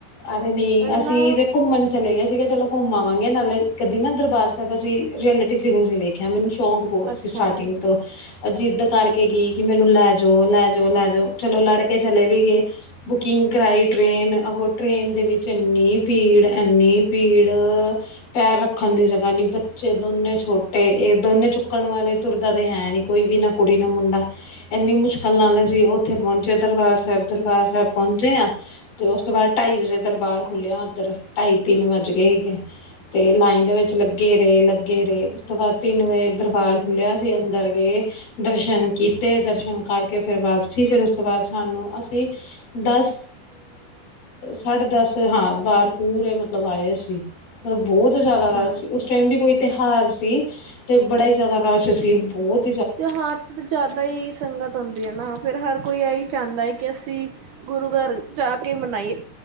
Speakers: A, on the left; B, on the right.
A: ਅਰੇ ਨੀ,
B: ਇਨਾ
A: ਅਸੀਂ ਤੇ ਘੁੱਮਣ ਚਲੇ ਗੇ ਸੀਗੇ, ਚਲੋ ਕੁੱਮ ਆਵਾਂਗੇ, ਨਾਲੇ ਕਦੀ ਨਾ ਦਰਬਾਰ ਸੈਬ ਅਸੀਂ ਰਿਐਲਿਟੀ 'ਚ ਨੀ ਸੀ ਵੇਖ ਕੇਆ, ਮੈਨੂੰ ਸ਼ੌਕ ਬੋਤ
B: ਅੱਛਾ
A: ਸੀ ਸਟਾਰਟਿੰਗ ਤੋਂ ਅ ਜਿੱਦ ਕਰਕੇ ਗੀ ਕਿ, ਮੈਨੂੰ ਲੈ ਜੋ, ਲੈ ਜੋ, ਲੈ ਜੋ। ਚਲੋ, ਲੜਕੇ ਚਲੇ ਵੀ ਗੇ। ਬੁਕਿੰਗ ਕਰਾਈ ਟ੍ਰੇਨ, ਅਗੋ ਟ੍ਰੇਨ ਦੇ ਵਿੱਚ ਏੱਨੀ ਪੀੜ ਐਨੀ ਪੀੜ, ਪੈਰ ਰੱਖਣ ਦੀ ਜਗ੍ਹਾ ਨੀ, ਬ 'ਚੇ ਦੋਨੇ ਛੋਟੇ, ਏ ਦੋਨੇ ਚੁੱਕਣ ਵਾਲੇ, ਤੁਰਦਾ ਤੇ ਹੈ ਨੀ ਕੋਈ ਵੀ ਨਾ। ਕੁੜੀ ਨਾ ਮੁੰਡਾ, ਏਨੀ ਮੁਸ਼ਕਲ ਨਾਲ ਅਸੀਂ ਔਥੇ ਪੋਂਚੇ ਦਰਬਾਰ ਸੈਬ-ਦਰਬਾਰ ਸੈਬ ਪੌਂਚੇ ਆਂ, ਤੇ ਔਸ ਤੋਂ ਬਾੱਦ ਢਾਈ ਵਜੇ ਦਰਬਾਰ ਖੁੱਲ੍ਹਿਆ ਔਧਰ, ਢਾਈ-ਤਿੰਨ ਵੱਜ ਗੇ ਹੀਗੇ। 'ਤੇ ਲਾਈਨ ਦੇ ਵਿੱਚ ਲੱਗੇ ਰੇ, ਲੱਗੇ ਰੇ। ਉਸ ਤੋਂ ਬਾੱਦ ਤਿੰਨ ਵਜੇ ਦਰਬਾਰ ਖੁੱਲ੍ਹਿਆ ਸੀ, ਅੰਦਰ ਗਏ। ਦਰਸ਼ਨ ਕੀਤੇ, ਦਰਸ਼ਨ ਕਰਕੇ ਫੇਰ ਵਾਪਸੀ। ਫੇਰ ਉਸ ਤੋਂ ਬਾਦ ਸਾਨੂੰ ਅਸੀਂ ਦਸ -ਸਾਢੇ ਦਸ ਹਾਂ, ਬਾਰ ਪੂਰੇ ਮਤਲਬ ਆਏ ਅਸੀ। ਪਰ ਬੋਤ ਜ਼ਾਦਾ
B: ਅੱਛਾ
A: ਰਸ਼ ਸੀ, ਉਸ ਟਾਈਮ ਵੀ ਕੋਈ ਤੇਹਾਰ ਸੀ, ਤੇ ਬੜਾ ਈ ਜ਼ਾਦਾ ਰਸ਼ ਸੀ, ਬੋਤ
B: ਤੇਹਾਰ 'ਤੇ ਜ਼ਾਦਾ ਈ ਸੰਗਤ ਹੁੰਦੀ ਏਨਾ, ਫੇਰ ਹਰ ਕੋਈ ਐਈ ਚਾਂਦਾ ਏ ਕਿ ਅਸੀਂ ਗੁਰੂ -ਘਰ ਜਾ ਕੇ ਮਨਾਈਏ,